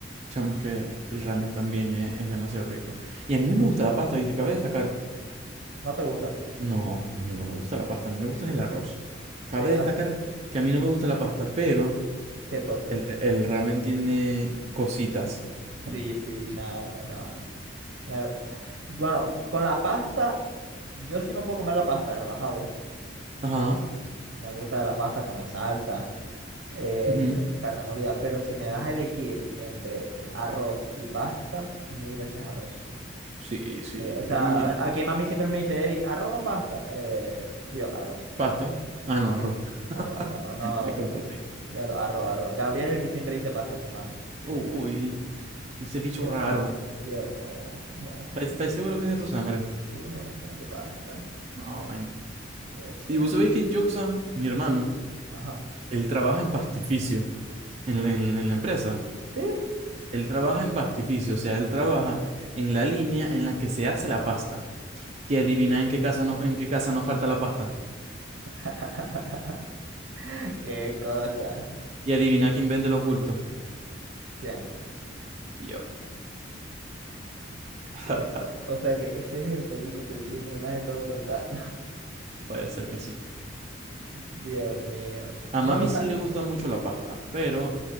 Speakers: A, on the right; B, on the right.
A: Chamos que el ramen también es, es demasiado rico. Y a mí no me gusta la pasta, ¿viste? Cabe destacar.
B: ¿No te gusta?
A: No, a mí no me gusta la pasta, a mí me gusta el arroz. Cabe
B: Sí, ah,
A: destacar que a mí no me gusta la pasta, pero
B: qué cosas.
A: el, el ramen tiene cositas.
B: Sí, sí, chao. No, no. La- bueno, con la pasta, yo sí me puedo comer la pasta, relajado.
A: Ajá.
B: Me gusta la pasta con la salsa, eh,
A: ujú.
B: ca- carne molida, pero si me das a elegir entre arroz y pasta, mil veces arroz.
A: Sí, sí,
B: Eh, O sea,
A: a mí,
B: a-
A: a,
B: aquí mami siempre me dice, Eric, ¿arroz o pasta? Eh, y yo, arroz,
A: Pasta. Ah, no, arroz.
B: arroz, arroz,
A: <laughs>
B: no,
A: Me
B: no. no".
A: confundí.
B: Claro, arro, arro. Gabriel es el que siempre dice pasta, mi hermano. Siempre.
A: Uy, ese bicho
B: Y Yo,
A: raro.
B: y yo, no, no.
A: ¿Estáis estáis
B: <laughs>
A: seguro que es de tu sangre?
B: Y Yo, no, ¿cómo que pasta?
A: No, man.
B: No puede ser.
A: Y vos sabéis que Joxan, mi hermano,
B: Ajá.
A: él trabaja en pastificio, en la, en, en la empresa.
B: ¿Sí?
A: Él trabaja en pastificio, o sea, él trabaja en la línea en la que se hace la pasta. Y adivina en qué casa no, en qué casa no falta la pasta.
B: <laughs> Qué cosa.
A: Y adivina quién vende los bultos.
B: ¿Quién?
A: Y Yo, <laughs>
B: Y que- O,
A: ja,
B: o sea que ese es el perico que siempre me has estado contando. <laughs>
A: puede ser que sí.
B: Dios mío.
A: A
B: No,
A: mami
B: no, sa-
A: sí le gusta mucho la pasta, pero